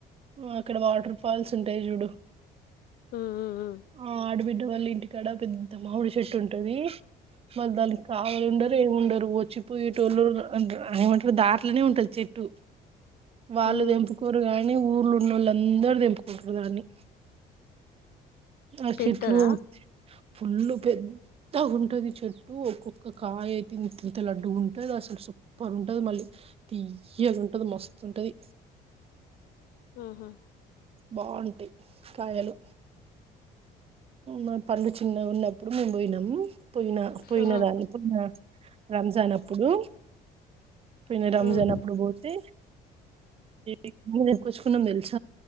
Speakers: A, on the right; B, on the left.
A: ఊ అక్కడ వాటర్ ఫాల్స్ ఉంటాయి చూడు
B: ఉమ్ ఉమ్ ఉమ్
A: ఆ ఆడబి డ వాళ్ళ ఇంటికాడ పెద్ద మామిడి చెట్టు ఉంటది వాళ్ళు దానికి కావాలుండరు ఏం ఉండరు వచ్చిపోయేటోళ్ళు <unintelligible> ఏమంటారు దార్ ట్లనే ఉంటది చెట్టు వాళ్ళు
B: ఉమ్
A: తెంపుకోరు కాయ్ ని ఊర్లున్నోళ్ళందరూ తెంపుకుంటరు దాన్ని ఆ
B: పెద్దదా
A: చెట్లు ఫుల్లు పెద్దగ ఉంటంది చెట్టు ఒక్కొక్క కాయ అయితే ఇంతింత లడ్డు ఉంటుంది అసలు సూపర్ ఉంటది మళ్ళీ తీయ్యగా ఉంటది మస్తుంటుది
B: ఆహా
A: బావుంటాయి కాయలు మా పండు చిన్న ఉన్నప్పుడు మేము పోయినం పోయిన పోయిన
B: ఉహు
A: దాని పోయిన రంజాన్ అప్పుడు పన్న రంజాన్
B: ఉమ్
A: అప్పుడు పోతే ఇ కొను మిల్స